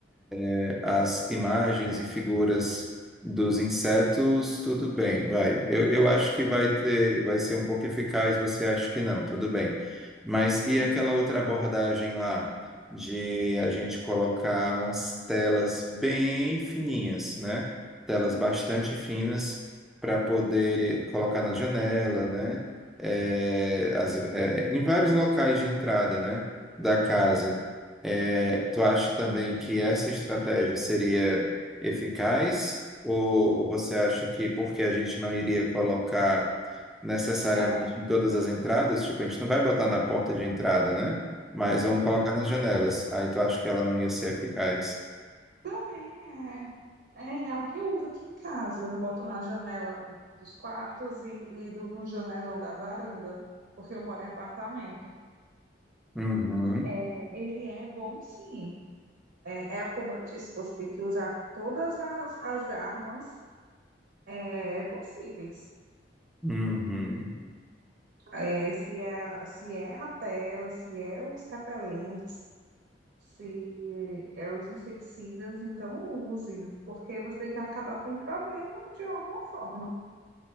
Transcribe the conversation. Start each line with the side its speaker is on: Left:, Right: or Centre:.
Centre: é, as imagens e figuras dos insetos, tudo bem, vai. Eu, eu acho que vai ter, vai ser um pouco eficaz, você acha que não, tudo bem. Mas e aquela outra abordagem lá de a gente colocar umas telas bem fininhas, né? Telas bastante finas para poder colocar na janela, né? É, as- é, em vários locais de entrada, né? Da casa. É, tu acha também que essa estratégia seria eficaz? Ou, ou você acha que porque a gente não iria colocar necessariamente
Right: É,
Centre: em todas as entradas, tipo, a gente não vai botar na porta de entrada, né? Mas vamos
Right: assim,
Centre: colocar nas janelas. Aí tu acha que ela não ia ser eficaz?
Right: também é, é, é a que eu uso aqui em casa. Eu Boto na janela dos quartos e, e do, no janelão da varanda, porque eu moro em apartamento.
Centre: Uhum,
Right: É, ele é bom, sim. É, é como eu disse, você tem que usar todas as, as armas é, possíveis.
Centre: uhum.
Right: É, se é, se é a tela, se é os repelentes, se é os inseticidas, então use, porque você tem que acabar com o problema de alguma forma.